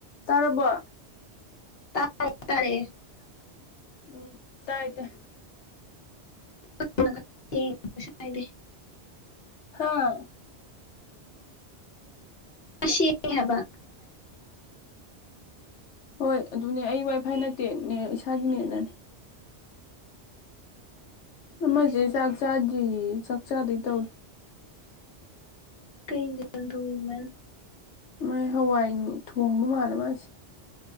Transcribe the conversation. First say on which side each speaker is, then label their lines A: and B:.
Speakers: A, on the left; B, on the left.
A: ꯇꯔꯔꯕ
B: ꯇꯔꯣ ꯇꯔꯦ
A: ꯎꯝ ꯇꯥꯏ ꯠꯇ
B: ꯁ ꯍꯥꯏꯥꯏꯗꯦ
A: ꯍꯥꯥ
B: ꯁꯤ ꯍꯥꯏꯕ
A: ꯍꯣꯏ ꯑꯗꯨꯅꯦ ꯑꯩ ꯋꯥꯏꯐꯥꯏ ꯅꯠꯇꯦꯅꯦ ꯏꯁꯥꯒꯤꯅꯦꯅꯅꯦ ꯃꯖꯦ
B: ꯏꯁ
A: ꯆꯖ ꯁꯛ ꯆꯥꯗ ꯇꯧ
B: ꯀꯩꯖꯟ ꯊꯃ
A: ꯃꯥꯥꯏ ꯍꯋꯥꯏꯅꯤ ꯊꯣꯡꯕ ꯃꯥꯜꯂꯦ ꯃꯥꯁꯦ